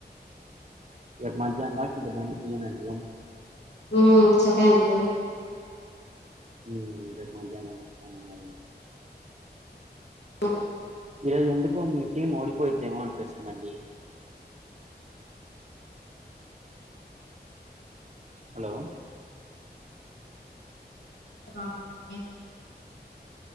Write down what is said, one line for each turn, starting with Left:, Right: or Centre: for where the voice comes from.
Right: రేపు మధ్యాహ్నం కదా ఇంకా బండి తియ్యనండి అంటున్న.
Left: ఆ సరే అండి.
Right: హుమ్మ్ రేప్ మధ్యాహ్నం <unintelligible>
Left: అ
Right: ఈరోజు ఎందుకో మీ టీం ఓడిపోయిద్దేమో అనిపిస్తుందండి. హలో
Left: <unintelligible>